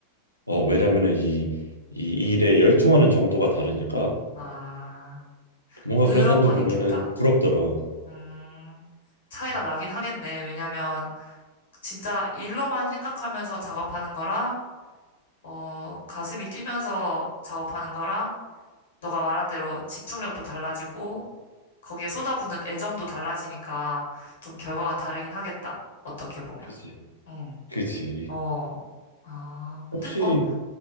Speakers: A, on the left; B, on the left.
A: 어, 왜냐면은 이, 이 일에 열중하는 정도가 다르니까
B: 아,
A: 뭔가
B: 그런
A: 그런 사람들
B: 건
A: 보면은
B: 있겠다.
A: 부럽더라.
B: 음, 차이가
A: 음,
B: 나긴 하겠네. 왜냐면 진짜 일로만 생각하면서 작업하는 거랑, 어, 가슴이 뛰면서 작업하는 거랑, 너가 말한 대로 집중력도 달라지고, 거기에 쏟아붓는 애정도 달라지니까 좀 결과가 다르긴 하겠다. 어떻게 보면.
A: 그치.
B: 응,
A: 그치.
B: 어, 아, 근데
A: 혹시,
B: 뭐,